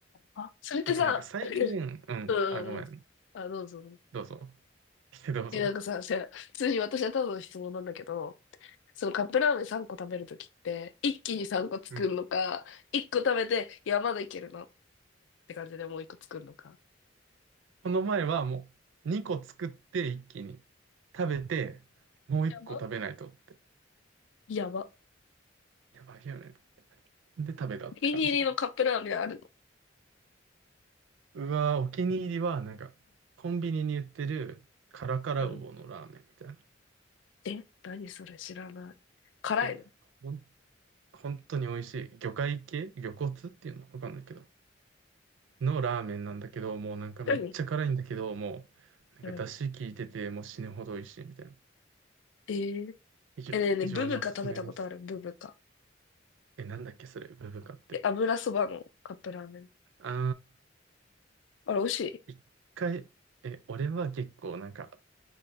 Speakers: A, on the left; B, on the right.
A: あ、それってさ、
B: あとなんか最近、
A: <clears throat>
B: うん、
A: うんうんうん。
B: あ、ごめん、
A: あ、どうぞ。
B: どうぞ。<laughs> どうぞ。
A: え、なんかさ、じゃあ普通に私はただの質問なんだけど、そのカップラーメン3個食べるときって、一気に3個作るのか、
B: うん
A: 1個食べて、いや、まだいけるなって感じでもう1個作るのか。
B: この前はもう2個作って一気に食べて、もう1個食べないとって。
A: やば。やば。
B: やばいよね。で食べたって感じかな。
A: お気に入りのカップラーメンあるの。
B: うわー、お気に入りは、なんか、コンビニに売ってるカラカラウオのラーメンみたいな。
A: うん。え、何それ知らない。辛いの
B: え、ほん、本当に美味しい。魚介系魚骨っていうのわかんないけど。のラーメンなんだけど、もうなんかめっちゃ辛いんだけど、
A: 何
B: もう、なんか出汁効いてて、
A: うん。
B: もう死ぬほど美味しいみたいな。
A: えー、
B: 非常、
A: え、ねえねえ、
B: 非常におすすめです。
A: ブブカ食べたことあるブブカ。
B: え、なんだっけ、それ、ブブカって。
A: え、油そばのカップラーメン。
B: あ
A: あれ、美味しい
B: ー、一回、え、俺は結構なんか、